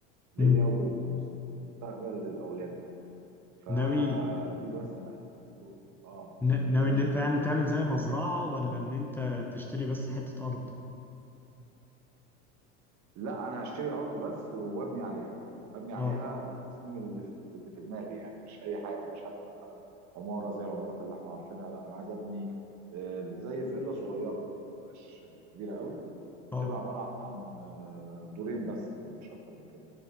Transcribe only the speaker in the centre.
امم
ناوي
ن-
ناوي ان
انت يعني تعمل
زي
مزرعة
ولا ان انت تشتري بس حتة ارض
اه
اه